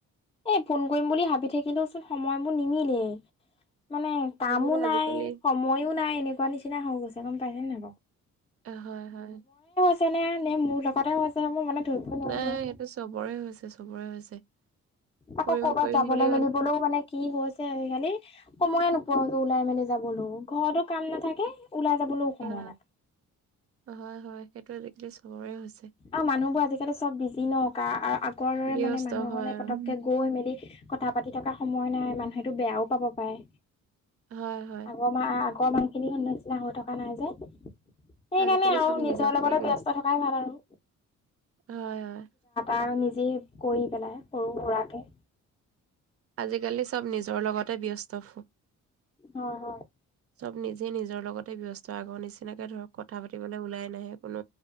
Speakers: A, on the left; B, on the right.
A: এ ফোন কৰিম বুলি ভাবি থাকিলওচোন সময়বোৰ নিমিলেই, মানে কামো
B: বিভিন্ন
A: নাই
B: আজিকালি
A: সময়ো নাই এনেকুৱা নিচিনা হৈ গৈছে, গম পাইছে নাই বাৰু।
B: হয় হয়।
A: আনে নে, মোৰ লগতেও আছে, মোৰ মানে ধৰিব নোৱাৰো
B: নাই,
A: নহয়।
B: সেইটো চবৰে হৈছে চবৰে হৈছে।
A: আকৌ
B: কৰিম
A: কৰ'বাত
B: কৰিম
A: যাবলৈ
B: বুলি
A: মেলিবলৈও মানে কি হৈছে আজিকালি? সময়ে নোপোৱা ওলাই মেলি যাবলৈ, ঘৰতো কাম নাথাকে। ওলাই যাবলৈও সময়
B: হা,
A: নাথাকে।
B: হয়, হয়, সেইটোৱে এইটো চবৰে হৈছে।
A: আৰু মানুহবোৰ আজিকালি চব বিজি দিনকা আগৰ দৰে
B: ব্যস্ত
A: মানে মানুহৰখনে
B: হয় আৰু।
A: পতককে গৈ মেলি কথা পাতি থকা সময় নাই, মানুহেতো বেয়াও পাব পাৰে।
B: হয় হয়।
A: আগৰ মা আগৰ মানুহখিনি নিচিনা হৈ থকা নাই যে। সেইকাৰণে
B: আজিকালি
A: আৰু
B: চব নিজক
A: নিজৰ লগতে
B: লৈ
A: ব্যস্ত থকাই ভাল আৰু।
B: হয়, হয়।
A: আৰু নিজে কৰি পেলাই, সৰু সুৰাকে
B: আজিকালি চব নিজৰ লগতে ব্যস্ত। <inaudible>
A: হয়, হয়।
B: চব নিজে নিজৰ লগতে ব্যস্ত আগৰ নিচিনাকে ধৰক কথা পাতিবলৈ ওলাই নাহে কোনো।